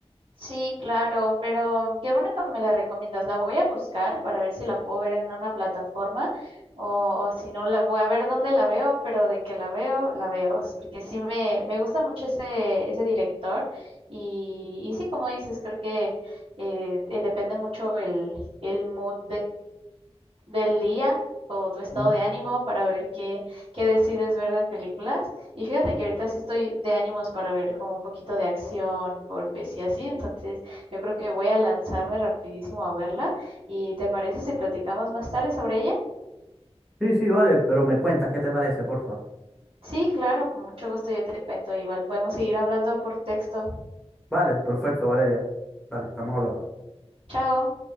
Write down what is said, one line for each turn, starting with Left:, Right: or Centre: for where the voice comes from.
Right: Sí, claro, pero qué bueno que me la recomiendas. La voy a buscar para ver si la puedo ver en una plataforma o, o si no, la voy a ver dónde la veo, pero de que la veo, la veo. Porque sí me, me gusta mucho ese, ese director y, y sí, como dices, creo que eh, eh, depende mucho el, el mood del día o tu estado
Centre: ¿Mm?
Right: de ánimo para ver qué, qué decides ver de películas. Y fíjate que ahorita sí estoy de ánimos para ver como un poquito de acción, golpes y así. Entonces yo creo que voy a lanzarme rapidísimo a verla. ¿Y te parece si platicamos más tarde sobre ella?
Centre: Sí, sí, vale, pero me cuentas qué te parece, porfa.
Right: Sí, claro, con mucho gusto yo te cuento. Igual podemos seguir hablando por texto.
Centre: Vale, perfecto, Valeria. Vale, estamos hablando.
Right: Chao.